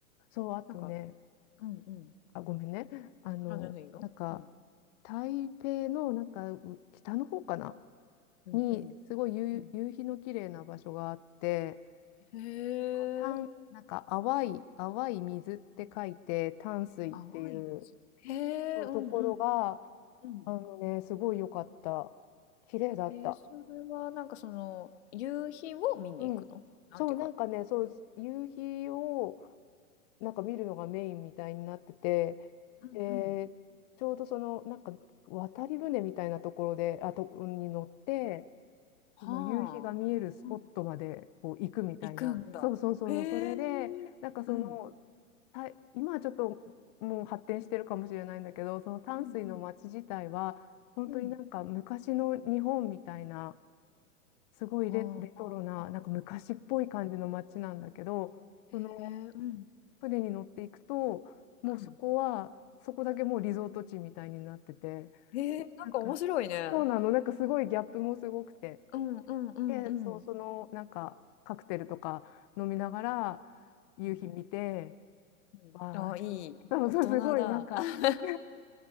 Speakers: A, on the left; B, on the left.
A: そう、あとね、
B: なんか、うんうん。
A: あ、ごめんね。あの、
B: あ、全然いいよ。
A: なんか、
B: うん。
A: 台北の、なんか、う北の方かな
B: うんうん。
A: に、すごい夕、
B: うん。
A: 夕日の綺麗な場所があって、
B: へえ。
A: 淡、なんか、淡い、淡い水って書いて、淡水っていう
B: 淡い水。へえ、
A: そうところが、
B: うんうん。うんうん。
A: あのね、すごい良かった。綺麗だった。
B: えーそれはなんかその、夕日を見に行くの？
A: うん。
B: なんていうか
A: そう、なんかね、そう、夕日を、なんか見るのがメインみたいになってて、
B: うんうん。
A: で、ちょうどその、なんか渡り船みたいなところで、あ、と、に乗って、
B: はあ。
A: 今夕日が見えるスポットまでこう行くみたいな。
B: うん行くんだ。
A: そうそうそうそう、
B: へえ。
A: それで、なんかその、
B: うん。
A: た、今はちょっともう発展してるかもしれないんだけど、その淡水の街自体は、
B: うんうん。
A: 本当になんか昔の日本みたいな、
B: うん。
A: すごいレ、
B: はあはあはあ。
A: レトロな、なんか昔っぽい感じの街なんだけど、その
B: へえ、うん。
A: 船に乗っていくと、もうそこは、
B: うん。
A: そこだけもうリゾート地みたいになってて、
B: へえ、なんか面白いね。
A: なんか、そうなの、なんかすごいギャップもすごくて。
B: うんうんうんうん。
A: で、そう、
B: う
A: その、なんか、カクテルとか飲みながら、夕日見て、
B: ん。うん。
A: わあ、
B: ああ、
A: き
B: いい、
A: <laughs> そうそう、
B: 大人だ。
A: すごい、なんか
B: <laughs>
A: <laughs>